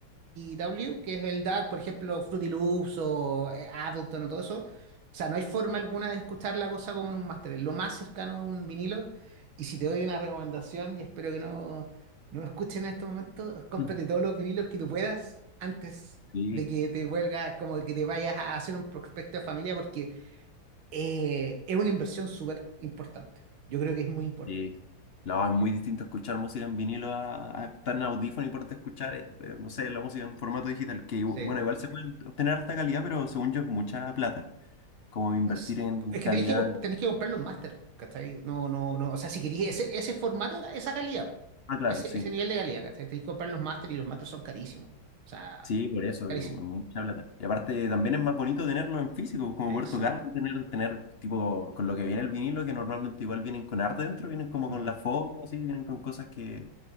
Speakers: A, on the right; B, on the left.
A: DAW, que es el DAC, por ejemplo, Fruity Loops o eh, Ableton o todo eso o sea, no hay forma alguna de escuchar la cosa como en un máster. es Lo más cercano es un vinilo. Y si te doy una recomendación, y espero que no, no me escuchen en estos momentos, cómprate
B: sí.
A: todos los vinilos que tú puedas antes
B: Sí,
A: de que te vuelvas, como que te vayas a hacer un prospecto de familia, porque eh, es una inversión súper importante. Yo creo que es muy importante.
B: sí. No, es muy distinto escuchar música en vinilo a, a estar en audífono y poderte escuchar, eh, eh, no sé, la música en formato digital, que igu-
A: Sí.
B: bueno, igual se puede obtener harta calidad, pero según yo es mucha plata. Como invertir
A: Es
B: en
A: es
B: calidad.
A: que tenéis que, comp- tenéis que comprar los máster, ¿cachai? No, no, no. O sea, si queréis ese, ese formato, esa calidad,
B: Ah, claro,
A: ese,
B: sí.
A: ese nivel de calidad, ¿cachai? Tenéis que comprar los máster y los máster son carísimos. O sea,
B: Sí, por eso,
A: carísimos.
B: es, mu- es mucha plata. Y aparte también es más bonito tenerlo en físico, como poder
A: Exacto.
B: tocarlo y tener, tener tipo, con lo que viene el vinilo, que normalmente igual vienen con arte dentro, vienen como
A: Ujú.
B: con la foto, así, vienen con cosas que